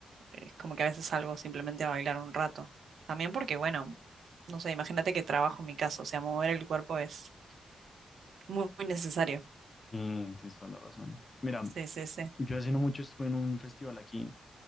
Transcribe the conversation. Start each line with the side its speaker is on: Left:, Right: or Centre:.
Right: es como que a veces salgo simplemente a bailar un rato. También porque, bueno, no sé, imagínate que trabajo en mi casa, o sea, mover el cuerpo es muy, muy necesario.
Left: Sí, tienes toda la razón. Mira,
Right: Sí, sí, sí.
Left: yo hace no mucho estuve en un festival aquí